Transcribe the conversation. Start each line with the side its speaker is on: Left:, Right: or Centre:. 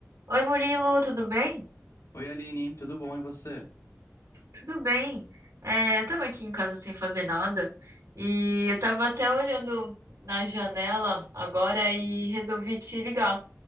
Right: Oi, Murilo, tudo bem?
Left: Oi, Aline, tudo bom e você?
Right: Tudo bem. É, eu tava aqui em casa sem fazer nada e eu tava até olhando na janela agora e resolvi te ligar